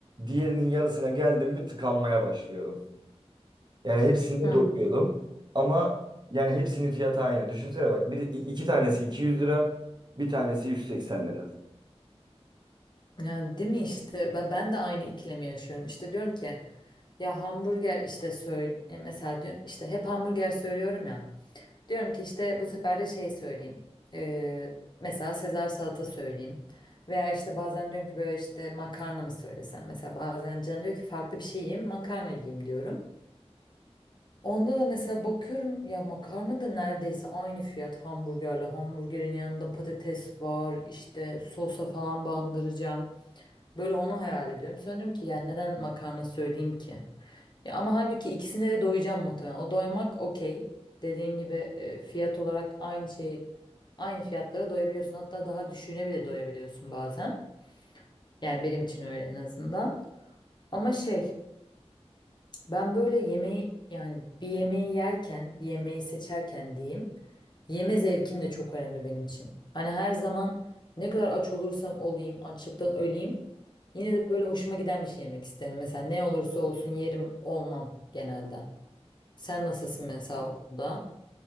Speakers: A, on the right; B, on the left.
A: diğerinin yarısına geldim mi tıkanmaya başlıyordum. Yani hepsinde
B: Hı.
A: doyuyordum ama yani hepsinin fiyatı aynı. Düşünsene bak bir de i- iki tanesi 200 lira bir tanesi 180 lira.
B: Yani değil mi işte Ve ben de aynı ikilemi yaşıyorum. İşte diyorum ki ya hamburger işte söyle e, mesela diyorum işte hep hamburger söylüyorum ya. Diyorum ki işte bu sefer de şey söyleyeyim. Ee, mesela Sezar salata söyleyeyim. Veya işte bazen diyorum ki böyle işte makarna mı söylesem. Mesela bazen canım diyor ki farklı bir şey yiyeyim makarna yiyeyim diyorum. Onda da mesela bakıyorum ya makarna da neredeyse aynı fiyat hamburgerle. Hamburgerin yanında patates var işte sosa falan bandıracağım. Böyle onu hayal ediyorum. Sonra ki yani neden makarna söyleyeyim ki? Ya ama halbuki ikisine de doyacağım muhtemelen. O doymak okey. Dediğin gibi e, fiyat olarak aynı şey aynı fiyatlara doyabiliyorsun. Hatta daha düşüğüne bile doyabiliyorsun bazen. Yani benim için öyle en azından. Ama şey ben böyle yemeği yani bir yemeği yerken bir yemeği seçerken diyeyim. Yeme zevkim de çok önemli benim için. Hani her zaman ne kadar aç olursam olayım açlıktan öleyim. Yine de böyle hoşuma giden bir şey yemek isterim. Mesela ne olursa olsun yerim olmam genelde. Sen nasılsın mesela okulda?